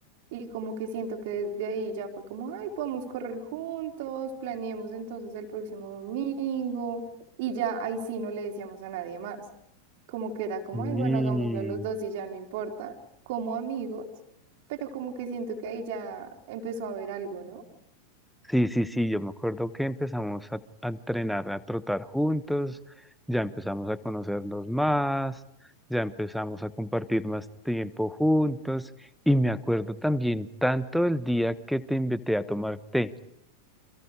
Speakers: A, on the right; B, in the centre.
A: y como que siento que desde ahí ya fue como, ay, podemos correr juntos, planeemos entonces el próximo domingo y ya ahí sí no le decíamos a nadie más, como que era como,
B: Sí.
A: ay, bueno, hagámoslo los dos y ya no importa, como amigos, pero como que siento que ahí ya empezó a haber algo, ¿no?
B: Sí, sí, sí, yo me acuerdo que empezamos a, a entrenar, a trotar juntos, ya empezamos a conocernos más, ya empezamos a compartir más tiempo juntos y me acuerdo también tanto el día que te invité a tomar té.